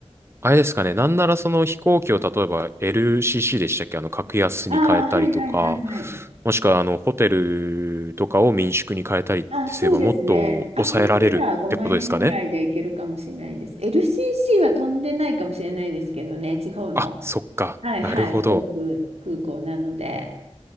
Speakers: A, on the right; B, on the right.
A: あれですかね。なんならその飛行機を例えば LCC でしたっけあの、格安に変えたりとか、
B: ああ、はいはいはいはい。
A: もしくはあの、ホテルとかを民宿に変えたりってすればもっと抑えられるってことですかね
B: あ、そうですね。あ、そしたら5万円ぐらいでいけるかもしれないです。LCC は飛んでないかもしれないですけどね、地方の。
A: あ、そっか。
B: はいはい、
A: なるほど。
B: 航空、空港なので。